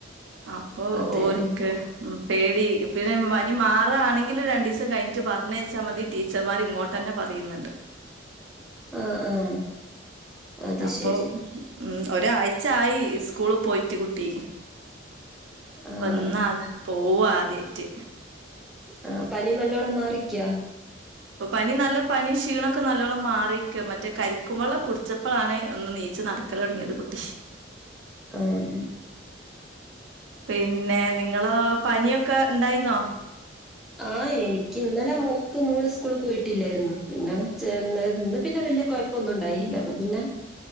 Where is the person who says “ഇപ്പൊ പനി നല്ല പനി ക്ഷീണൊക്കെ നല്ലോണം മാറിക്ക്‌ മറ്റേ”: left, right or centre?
Right